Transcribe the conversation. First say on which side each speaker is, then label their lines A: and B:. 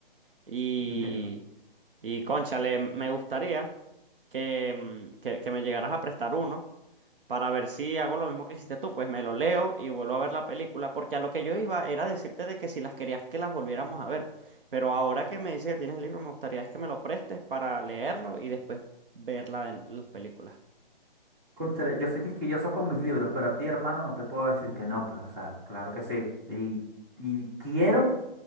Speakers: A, on the right; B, on the right.
A: Y,
B: Entiendo.
A: y cónchale, me gustaría que, mm, que, que me llegaras a prestar uno para ver si hago lo mismo que hiciste tú, pues me lo leo y vuelvo a ver la película, porque a lo que yo iba era decirte de que si las querías que las volviéramos a ver, pero ahora que me dices que tienes el libro, me gustaría es que me lo prestes para leerlo y después ver la de las películas.
B: Cónchale, yo soy quisquilloso con mis libros, pero a ti, hermano, no te puedo decir que no, pues, o sea, claro que sí. Y, y quiero,